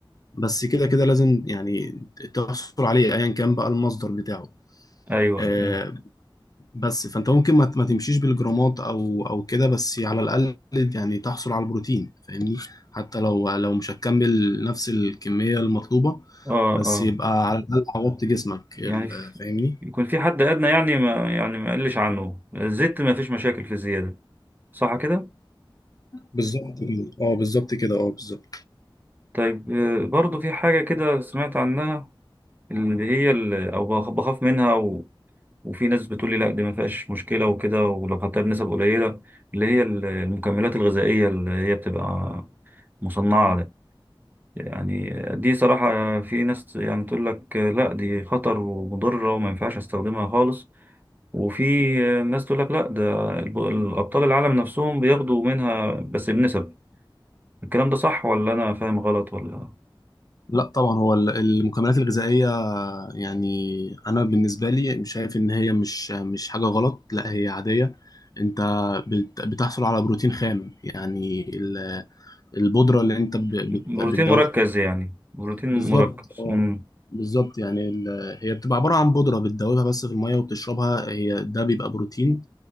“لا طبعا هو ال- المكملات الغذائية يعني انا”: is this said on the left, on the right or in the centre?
Left